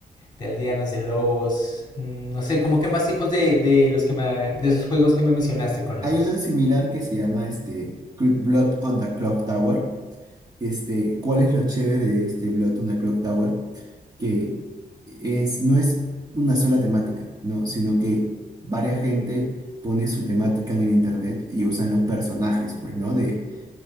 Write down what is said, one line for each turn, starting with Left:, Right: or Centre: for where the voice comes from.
Left: de aldeanos, de lobos, mm, no sé, como que más tipos de, de los que me- de esos juegos que me mencionaste conoces.
Right: Hay otro similar que se llama este, Cl- Blood on the Clock Tower este, cuál es lo chévere de este Blood on the Clock Tower, que es, no es una sola temática, ¿no? Sino que varia gente pone su temática en el internet y usan los personajes, pues, ¿no? De,